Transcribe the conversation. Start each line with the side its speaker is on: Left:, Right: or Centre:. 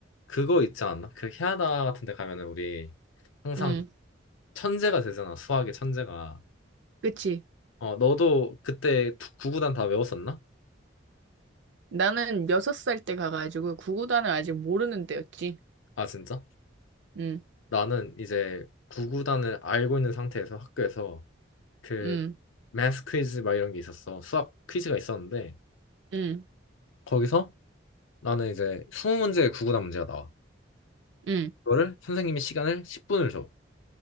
Left: 그거 있지 않나? 그 캐나다 같은 데 가면은 우리 항상
Right: 응,
Left: 천재가 되잖아. 수학의 천재가.
Right: 그치.
Left: 어, 너도 그때 구구단 다 외웠었나?
Right: 나는 여섯 살 때 가가지고 구구단을 아직 모르는 때였지.
Left: 아, 진짜?
Right: 응,
Left: 나는 이제 구구단을 알고 있는 상태에서 학교에서 그
Right: 응,
Left: math 퀴즈 막 이런 게 있었어. 수학 퀴즈가 있었는데
Right: 응,
Left: 거기서 나는 이제 20문제의 구구단 문제가 나와.
Right: 응,
Left: 그거를 선생님이 시간을 10분을 줘.